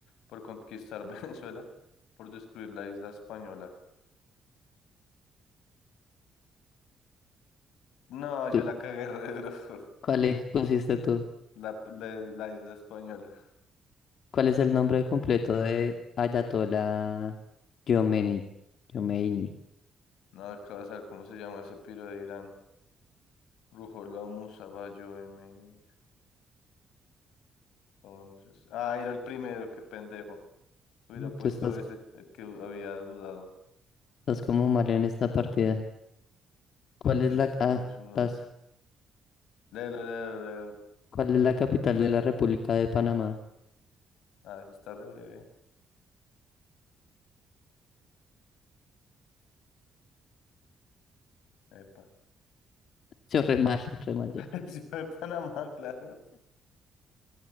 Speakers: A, on the left (about 90°); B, on the left (about 65°).
A: por conquistar <laughs> Venezuela, por descubrir la isla española. No, yo
B: ¿Tú,
A: la cagué re duro. <laughs>
B: cuál es, pusiste tú?
A: La, la, la isla española.
B: ¿Cuál es el nombre completo de Ayatollah Khomeini? Khomeini.
A: No, acabas de ver cómo se llama ese piro de Irán. Rujolomus, Saballo, M. Pongamos eso. Ah, era el primero, qué pendejo. Hubiera
B: Uy,
A: puesto
B: Tú estás,
A: ese, el que había dudado.
B: estás como mal en esta partida. ¿Cuál es
A: Que
B: la,
A: se
B: ah,
A: emocionó.
B: estás-
A: Leo, leo, leo,
B: ¿cuál es la capital de la República de Panamá?
A: Ah, ese está re breve. Epa.
B: Yo re mal, <laughs> re mal yo.
A: <laughs> Ciudad de Panamá, claro.